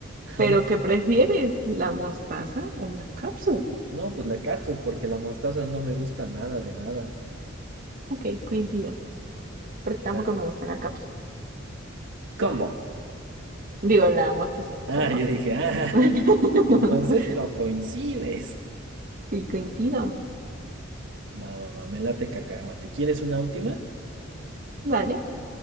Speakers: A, on the right (about 65°); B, on the right (about 45°).
A: <laughs>
B: ¿Pero qué prefieres? ¿La mostaza o la cápsula?
A: No, pues la catsup, porque la mostaza no me gusta nada de nada.
B: Ok, coincido, porque tampoco
A: Tal
B: me
A: vez.
B: gusta la cápsula.
A: ¿Cómo?
B: Digo, la mostaza,
A: Ah,
B: perdón.
A: yo dije, ah,
B: <laughs>
A: <laughs> entonces no coincides.
B: Sí, coincido.
A: Va, va, va, me late cacahuate. ¿Quieres una última?
B: Dale.